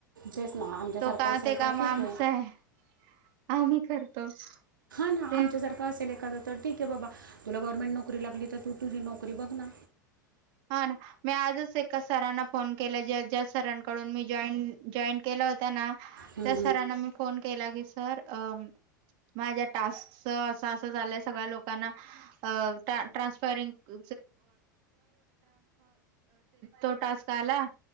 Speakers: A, on the right; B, on the right.
A: तेच ना आमच्यासारखं
B: तो का
A: असेल
B: ते काम
A: तर ठीक
B: आमचं आहे ह मी करतो
A: आमच्यासारखं
B: ते
A: असेल एखादां तर ठीक आहे बाबा तुला गव्हर्नमेंट नोकरी लागली तर तू तुझी नोकरी बघ ना
B: हा ना मी आजच एका सरांना फोन केला ज्या ज्या सरांकडून मी जॉईन जॉईन केला होता ना
A: हम्म,
B: तर सरांना मी फोन केला की सर अ माझ्या टास्कच असं असं झालंय सगळ्या लोकांना अ ट्रान्सफरिंग ् तो टास्क आला